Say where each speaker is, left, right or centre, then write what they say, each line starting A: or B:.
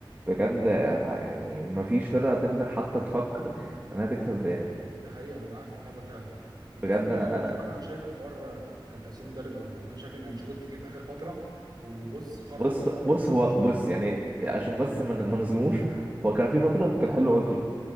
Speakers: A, on the right; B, on the right.
A: بجد ه- يعني مفيش فرقة تقدر حتى تفكر انها تكسب الريال
B: ده حقيقة أنا معاك في الحوار ده فعلا بس
A: بجد
B: هو
A: انا
B: هو
A: انا
B: بصراحة أنا شايف الحوار آه، كان تأثير مدرب قوي يعني أنا شايف إن أنشيلوتي جه في آخر فترة وبص خرف
A: بص
B: بطريقة ما تتوصفش
A: بص هو بص يعني عشان بس ما من... نظلموش هو كان في فترة كان حلو قوي فيها